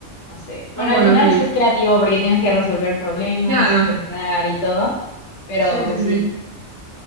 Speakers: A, on the left; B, on the right.
A: no sé.
B: Ah,
A: Bueno,
B: bueno,
A: al final
B: bien.
A: sí es creativo porque tienes que resolver problemas
B: Claro.
A: y pensar y todo, pero
B: Sí,
A: pues
B: sí,
A: sí.
B: sí.